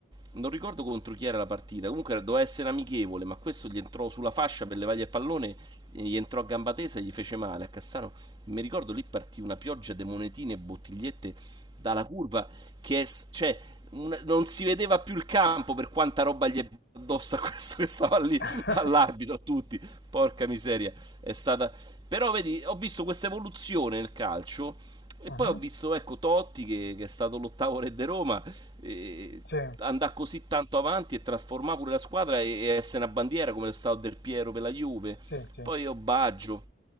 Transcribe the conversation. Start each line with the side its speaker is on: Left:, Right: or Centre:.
Right: non ricordo contro chi era la partita. Comunque era- doveva essere amichevole, ma questo gli entrò sulla fascia per levargli il pallone, e gli entrò a gamba tesa e gli fece male a Cassano. Mi ricordo lì partì una pioggia di monetine e bottigliette dalla curva che è s- cioè un- non si vedeva più il campo per quanta roba gli è addosso a questo che stava lì
Left: <laughs>
Right: all'arbitro a tutti. Porca miseria, è stata però vedi, ho visto questa evoluzione nel calcio e
Left: Mhm,
Right: poi ho visto ecco Totti che, che è stato l'ottavo re di Roma e
Left: Sì,
Right: andare così tanto avanti e trasformare pure la squadra e, e essere una bandiera come lo stato Del Piero per la Juve.
Left: sì, sì.
Right: Poi ho Baggio,